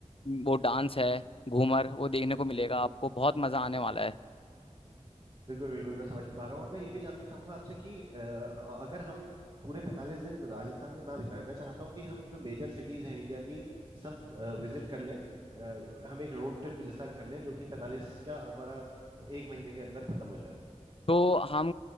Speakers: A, on the left; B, on the right.
A: वो डांस है घूमर वो देखने को मिलेगा आपको बहुत मजा आने वाला है
B: बिल्कुल बिल्कुल मैं समझ पा रहा हूँ और मैं ये भी जानना चाहूंगा आपसे कि अ, अगर हम पूरे 45 दिन राजस्थान में ना बिताएं मैं चाहता हूँ कि हम जो मेजर सिटीज हैं इंडिया की सब विजिट कर लें अ, हम एक रोड ट्रिप जैसा कर लें जो कि 45 क्या हमारा एक महीने के अंदर खत्म हो जाए
A: तो हम